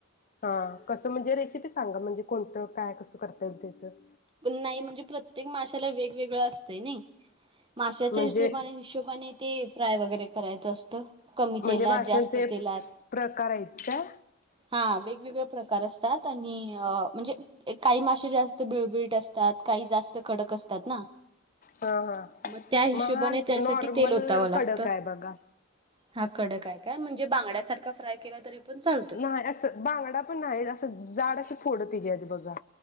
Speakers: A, on the left (about 40°); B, on the right (about 25°).
A: हा कसं म्हणजे रेसिपी सांगा म्हणजे कोणतं काय कसं करता येईल त्याचं.
B: पण नाही म्हणजे प्रत्येक माशाला वेगवेगळं असतंय ना माश्याच्या
A: म्हणजे
B: हिशोबाने हिशोबाने ते फ्राय वगैरे. करायचं असत. कमी
A: म्हणजे
B: तेलात
A: माशांचे
B: जास्त तेलात
A: प्रकार आहेत काय?
B: हा वेगवेगळ्या प्रकार असतात म्हणजे काही मा जात बीळ बीळ - असतात काही जास्त कडक असतात ना.
A: हा हा
B: मग त्या हिशोबाने
A: मग हा
B: त्यासाठी
A: नॉर्मल
B: तेल ओतावं लागतं.
A: कडक आहे बघा.
B: हा कड काय काय म्हणजे बांगड्यासारखा फ्राय केला तरी. पण चालतोय
A: नाही असं बांगडा पण नाही असं झाडशी फोडं तिच्याे आधी बघा.